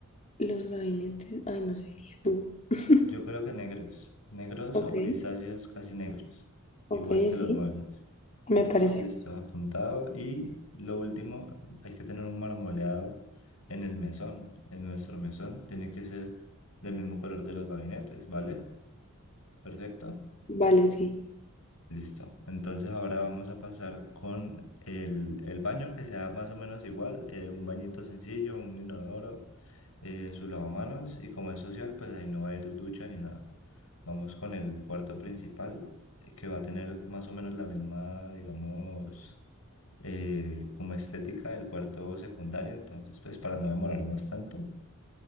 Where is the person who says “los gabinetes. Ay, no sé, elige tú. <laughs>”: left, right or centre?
Left